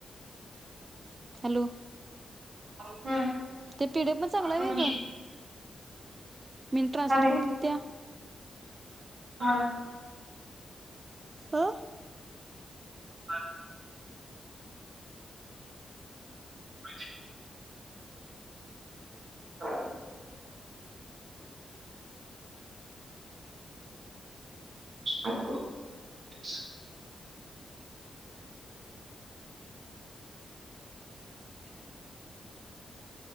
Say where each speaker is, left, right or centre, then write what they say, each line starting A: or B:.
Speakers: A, on the right; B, on the right.
A: हॅलो
B: हम्म
A: ते पिडिएफ पण चांगला
B: हम्म
A: आहे होय गं? मी ट्रांसलेट
B: थांब एक
A: करून दित्या.
B: हा
A: अ
B: <inaudible> <inaudible> हा. काय करु? <inaudible>